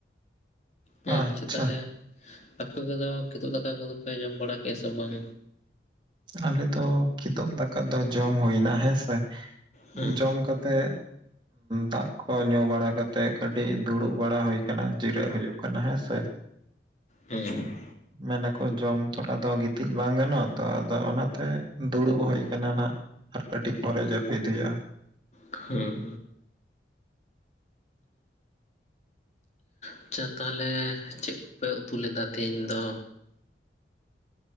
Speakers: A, on the left; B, on the right.
A: ᱦᱮᱸ
B: ᱟᱪᱪᱷᱟ
A: ᱪᱚ ᱛᱟᱦᱚᱞᱮ ᱟᱯᱮ ᱠᱚᱫᱚ ᱠᱤᱫᱩ ᱫᱟᱠᱟ ᱠᱚᱫᱚ ᱯᱮ ᱡᱚᱢ ᱵᱟᱲᱟ ᱠᱼᱟ ᱥᱮ ᱵᱟᱝ?
B: ᱟᱞᱮ ᱫᱚ ᱠᱤᱛᱩᱩᱵ ᱫᱟᱠᱟ ᱫᱚ ᱡᱚᱢ ᱦᱩᱭ ᱮᱱᱟ ᱦᱮᱸᱥᱮ
A: ᱦᱮᱸ
B: ᱡᱚᱢ ᱠᱟᱛᱮᱜ ᱫᱟᱜ ᱠᱚ ᱧᱩ ᱵᱟᱲᱟ ᱠᱟᱛᱮ ᱛᱮ ᱠᱟᱹᱴᱤᱡ ᱫᱩᱲᱩᱵ ᱵᱟᱲᱟ ᱦᱩᱭ ᱠᱟᱱᱟ᱾ ᱡᱤᱨᱟᱹᱜ ᱦᱩᱭᱩᱜ ᱠᱟᱱᱟ ᱦᱮᱸ ᱥᱮ
A: ᱦᱮᱸ
B: ᱢᱮᱱᱟᱠᱚ ᱡᱚᱢ ᱛᱚᱨᱟ ᱫᱚ, ᱜᱤᱛᱤᱡ ᱵᱟᱝ ᱜᱟᱱᱚᱜᱼᱟ, ᱛᱚ ᱾ ᱟᱫᱚ ᱚᱱᱟᱛᱮ ᱫᱩᱲᱩᱵ ᱦᱩᱭ ᱠᱟᱱᱟ ᱱᱟᱜ, ᱟᱨ ᱠᱟᱹᱴᱤᱡ ᱯᱚᱨᱮ ᱡᱟᱹᱯᱤᱫ ᱦᱩᱭᱩᱜᱼᱟ ᱾
A: ᱦᱮᱸ ᱾ ᱟᱪᱪᱷᱟ ᱛᱟᱦᱚᱞᱮ ᱪᱮᱫ ᱠᱚᱯᱮ ᱩᱛᱩ ᱞᱮᱫᱟ ᱛᱮᱦᱮᱧ ᱫᱚ?